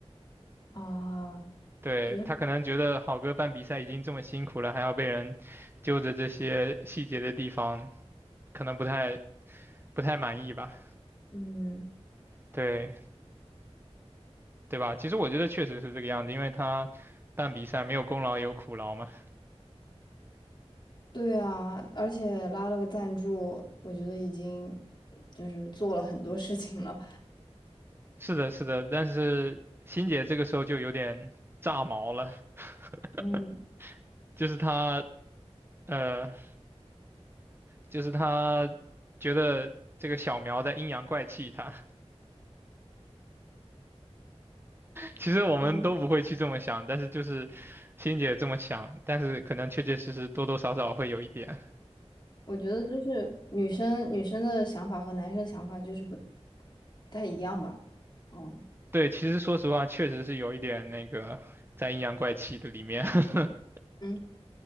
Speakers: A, on the left (about 45°); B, on the right (about 20°).
A: 啊，
B: 对，
A: 就是，
B: 他可能觉得好哥办比赛已经这么辛苦了，还要被人揪着这些细节的地方，可能不太不太满意吧？
A: 嗯，
B: 对，对吧？其实我觉得确实是这个样子，因为他办比赛没有功劳有苦劳嘛。
A: 对啊，而且拉了个赞助，我觉得已经就是做了很多事情了。
B: 是的，是的，但是欣姐这个时候就有点炸毛了，<laughs>
A: 嗯
B: 就是他，呃，就是他觉得这个小苗在阴阳怪气他。其实我们都不会去这么想，
A: 嗯，
B: 但是就是欣姐这么想，但是可能确确实实多多少少会有一点。
A: 我觉得就是女生女生的想法和男生想法就是不不太一样吧。嗯
B: 对，其实说实话，确实是有一点那个在阴阳怪气的里面。<laughs>
A: 嗯